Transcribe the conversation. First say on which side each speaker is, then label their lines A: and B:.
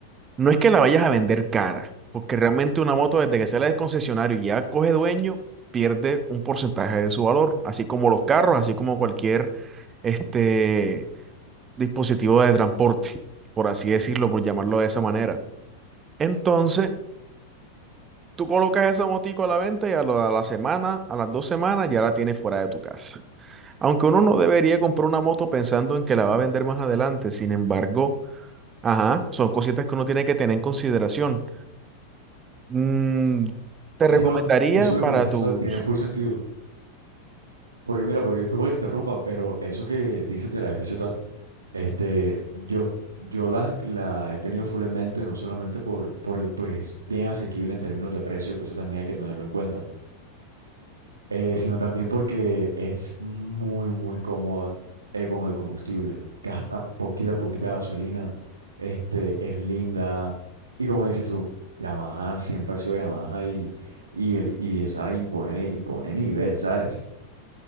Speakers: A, on the right; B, on the right.
A: no es que la vayas a vender cara, porque realmente una moto desde que sale del concesionario y ya coge dueño, pierde un porcentaje de su valor, así como los carros, así como cualquier este dispositivo de transporte, por así decirlo, por llamarlo de esa manera. Entonces, tú colocas esa motico a la venta y a la, a la semana, a las dos semanas, ya la tienes fuera de tu casa. Aunque uno no debería comprar una moto pensando en que la va a vender más adelante, sin embargo, ajá, son cositas que uno tiene que tener en consideración. Mm, te
B: Sí,
A: recomendaría
B: no, eso
A: para
B: que me dices
A: tus...
B: tú tiene full sentido. Porque mira, porque disculpa que te interrumpa, pero eso que dices de la FZ Este, yo, yo la, la he tenido full en mente, no solamente por, por el pues bien asequible en términos de precio, que eso también hay que tenerlo en cuenta, eh, sino también porque es muy, muy cómoda eh, con el combustible. Gasta poquita, poquita gasolina, este, es linda. Y como dices tú, Yamaha siempre ha sido Yamaha y, y, el, y esa impone, impone nivel, ¿sabes?